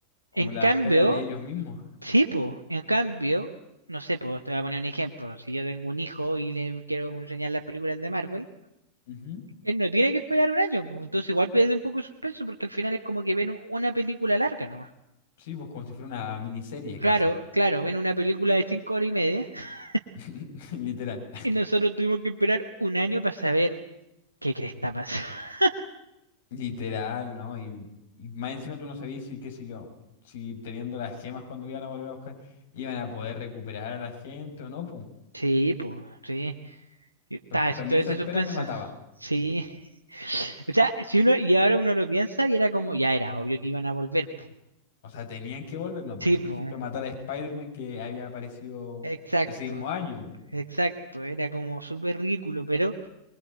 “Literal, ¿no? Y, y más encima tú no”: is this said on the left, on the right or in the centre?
Left